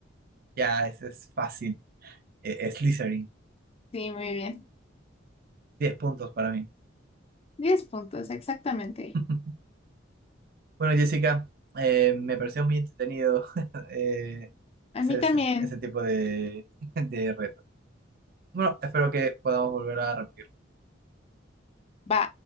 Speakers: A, on the right; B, on the left.
A: Ya, ese es fácil. E- Es Slytherin.
B: Sí, muy bien.
A: diez puntos para mí.
B: Diez puntos, exactamente.
A: <laughs> Bueno, Jessica, eh, me pareció muy entretenido <laughs> eh, hacer
B: A mí
A: ese,
B: también.
A: ese tipo de, <laughs> de retos. Bueno, espero que podamos volver a repetir.
B: Va.